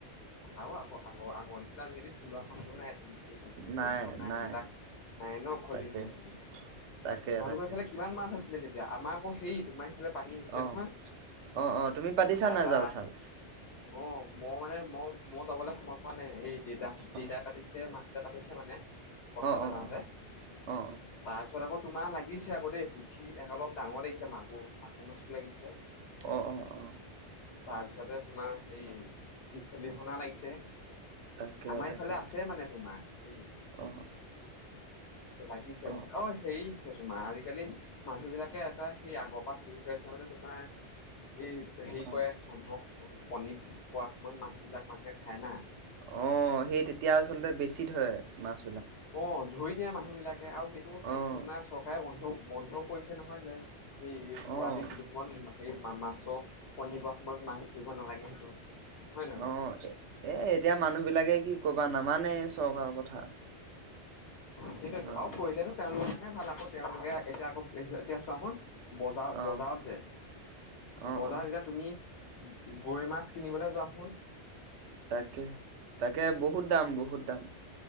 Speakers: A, on the left; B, on the right.
A: আৰু আগ -আগ আগৰ নিছিলিলে আজিকালি থলুৱাংটো নাই। তোমাৰ সেই পুঠি
B: নাই
A: দৰিকনা
B: নাই
A: সেইবিলাক নাই ন খলি
B: তাকে
A: শুনা সেইবিলাক
B: তাকে
A: তোমালোকৰ
B: তাকে
A: এইফালে কিমান মাছ আছিলে তেতিয়া আমাক অহ ', হেৰি তোমাৰ। পানী হৈছে
B: অ
A: নহয়
B: অ অ তুমি পাতিছা
A: তাৰপা
B: নাই জাল চাল
A: অহ ', মই মানে। ম মই যাবলৈ সময় পোৱা নাই এইদিন। দা -দিদাই
B: অ
A: পাতিছে মা। পাতিছে মানে। পঠালে
B: অ অ
A: যাওঁতে
B: অ অ
A: তাৰপিছত আকৌ। তোমাৰ লাগিছে আকৌ দেই পুঠি অলপ ডাঙৰ লাগিছে মাগুৰ -মাগুৰ মাছো লাগিছে।
B: অঁহ ',- অঁহ ',- অঁহ ',
A: তাৰ পিছতে তোমাৰ সেই পুঠি খলি। ধুনা লাগিছে।
B: তাকে
A: আমাৰ
B: তাকে
A: ইফালে আছে মানে তোমাৰ সেই
B: অ
A: লাগিছে
B: অ',
A: বাৰু অহ ', হেৰি হৈছে তোমাৰ আজিকালি। মানুহ বিলাকে এটা সেই আগৰ পৰা হেৰি হৈ আছে মানে তোমাৰ, এই হেৰি
B: অ'।
A: কৰে মানুহক কণী পোৱা সময়ত মাছবিলাক মানুহে খায় না।
B: অ', সেই তেতিয়া আচলতে বেছি। ইত হয় মাছ।
A: অ'ধৰি দিয়ে মানুহ বিলাকে আৰু সেইটো
B: অ',
A: না চৰকাৰে বন্ধ, বন্ধ কৰিছে নহয় যে সেই
B: অ',
A: পোৱালি যিটো সময়ত হেৰি মাছ ত' কণী পৰা সময়ত মাছ ধৰিব নালাগে সেইটো। হয় নহয় বাৰু
B: অ', এ এতিয়া মানুহ বিলাকে কি কবা নামানে চব। হোৱা কথা।
A: সেইটোত
B: অ',
A: আৰু পঢ়িলৈতো তেওঁলোকে ভাল আকৌ তেওঁলোকে এতিয়া আকৌ এতিয়া চোৱাচোন। বজাৰত,
B: অ',
A: বজাৰত যে
B: অ',
A: বজাৰত
B: অ',
A: এতিয়া তুমি গৰৈ মাছ কিনিবলৈ যোৱা চোন।
B: তাকে, তাকে বহুত দাম বহুত দাম।